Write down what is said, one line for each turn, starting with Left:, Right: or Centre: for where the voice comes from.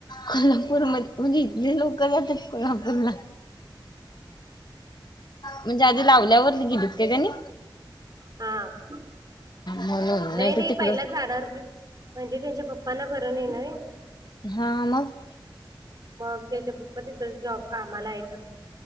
Left: कोल्हापूर म म्हणजे इथले लोक जातात कोल्हापूरला म्हणजे आधी लावल्यावरती गेलीत काय त्यानी
Right: हा नाही
Left: म्हणून
Right: नाही
Left: तर तिकडच
Right: पहिला जाणारती म्हणजे त्यांच्या पप्पांना बरं नाही ना रे
Left: हा ममग
Right: मग तेच्या तिथ जॉब कामाला येत